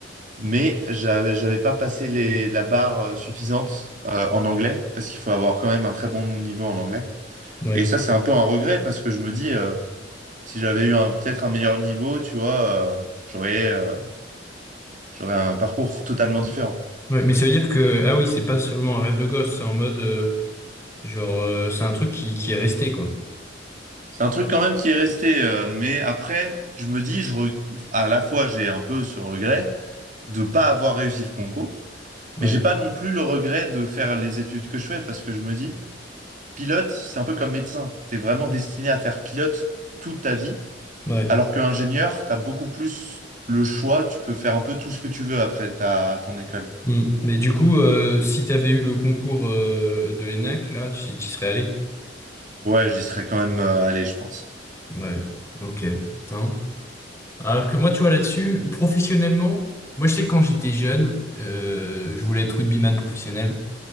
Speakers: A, on the right; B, on the left.
A: mais j'avais, j'avais pas passé les, la barre euh, suffisante euh, en anglais, parce qu'il faut avoir quand même un très bon niveau en anglais.
B: ouais.
A: Et ça, c'est un peu un regret parce que je me dis, euh, si j'avais eu un, peut-être un meilleur niveau, tu vois, euh, j'aurais euh, j'aurais un parcours totalement différent.
B: Ouais, mais ça veut dire que, ah oui, c'est pas seulement un rêve de gosse, c'est en mode, euh, genre, euh, c'est un truc qui, qui est resté, quoi.
A: C'est un truc quand même qui est resté, euh, mais après, je me dis, je re- à la fois, j'ai un peu ce regret de pas avoir réussi le concours,
B: Ouais,
A: mais j'ai pas non plus le regret de faire les études que je fais parce que je me dis, pilote, c'est un peu comme médecin. T'es vraiment destiné à faire pilote toute ta vie,
B: ouais.
A: alors qu'ingénieur, t'as beaucoup plus le choix, tu peux faire un peu tout ce que tu veux après ta, ton école.
B: Mm. Mais du coup, euh, si t'avais eu le concours euh, de l'ENAC, là, tu tu serais allé.
A: Ouais, j'y serais quand même euh, allé, je pense.
B: Ouais, ok. Putain. Alors que moi, tu vois, là-dessus, professionnellement, moi, je sais que quand j'étais jeune, euh, je voulais être rugbyman professionnel.